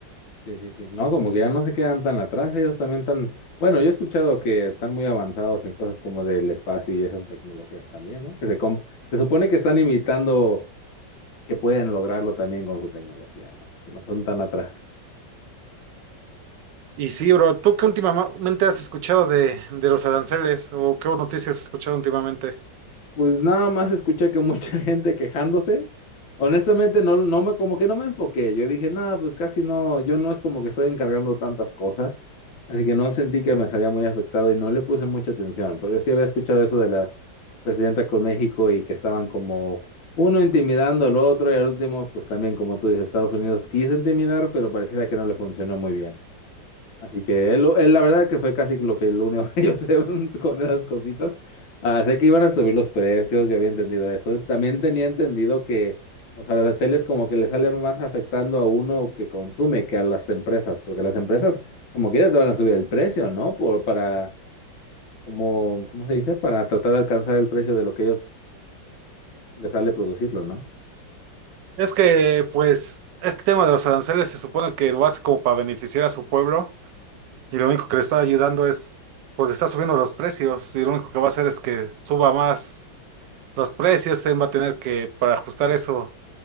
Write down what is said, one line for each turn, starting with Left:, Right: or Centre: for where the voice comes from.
Left: Sí, sí, sí. No, como que ya no se quedan tan atrás, ellos también tan, bueno, yo he escuchado que están muy avanzados en cosas como del espacio y esas tecnologías también, ¿no? Que se, com- se supone que están imitando que pueden lograrlo también con su tecnología, ¿no? Que no son tan atrás.
Right: Y sí, bro, ¿tú qué últimamente has escuchado de, de los aranceles o qué noticias has escuchado últimamente?
Left: Pues nada más escuché que mucha <laughs> gente quejándose. Honestamente, no, no me, como que no me enfoqué. Yo dije, nada, pues casi no, yo no es como que estoy encargando tantas cosas. Así que no sentí que me salía muy afectado y no le puse mucha atención. Pero yo sí había escuchado eso de la presidenta con México y que estaban como uno intimidando al otro y al último, pues también, como tú dices, Estados Unidos quiso intimidar, pero pareciera que no le funcionó muy bien. Así que él, él, la verdad que fue casi lo que lo único que yo sé <laughs> con esas cositas. Ah, sé que iban a subir los precios, yo había entendido eso. También tenía entendido que los aranceles como que le salen más afectando a uno que consume que a las empresas, porque las empresas como quiera te van a subir el precio, ¿no? Por, para, como, ¿cómo se dice? Para tratar de alcanzar el precio de lo que ellos les sale producirlo, ¿no?
Right: Es que, pues, este tema de los aranceles se supone que lo hace como para beneficiar a su pueblo, Y lo único que le está ayudando es, pues está subiendo los precios y lo único que va a hacer es que suba más los precios, él va a tener que, para ajustar eso,